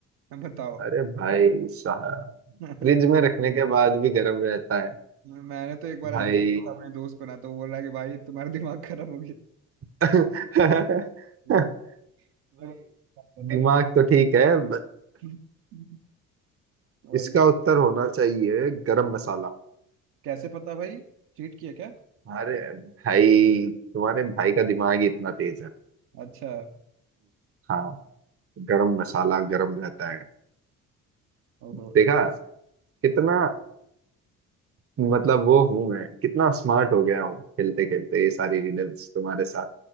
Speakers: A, on the right; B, on the right.
A: है बताओ
B: अरे भाई साहब
A: <laughs>
B: फ्रिज में रखने के बाद भी गर्म रहता है
A: मैंने तो एक बार
B: भाई
A: आंसर दिया अपने दोस्त को ना तो बोल रहा है कि भाई तुम्हारा दिमाग खराब हो गया
B: <laughs> भाई
A: भाई मैं बता
B: दिमाग
A: था
B: तो ठीक है but
A: <laughs> भाई
B: इसका उत्तर होना चाहिए गरम मसाला
A: कैसे पता भाई चीट किया क्या
B: अरे भाई तुम्हारे भाई का दिमाग ही इतना तेज है
A: अच्छा
B: हाँ गरम मसाला गरम रहता है
A: ओहो
B: देखा कितना मतलब वो हूं मैं कितना स्मार्ट हो गया हूँ खेलते खेलते ये सारी रिडल्स तुम्हारे साथ